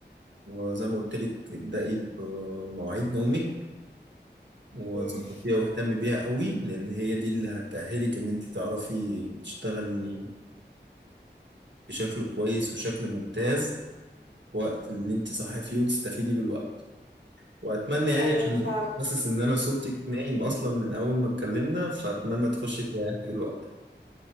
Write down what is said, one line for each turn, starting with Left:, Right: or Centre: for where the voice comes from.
Right: وزي ما قلت لك ابدأي بمواعيد نومك وظبطيها
Left: إمم.
Right: واهتمي بيها قوي لان هي دي اللي هتأهلك ان انت تعرفي تشتغلي بشكل كويس وشكل ممتاز وقت اللي انت صاحيه فيه وتستفيدي بالوقت واتمنى يعني
Left: أيوة
Right: عشان
Left: فعلا
Right: حاسس ان انا صوتك نايم اصلا من اول ما اتكلمنا فاتمنى تخشي تريحي دلوقتي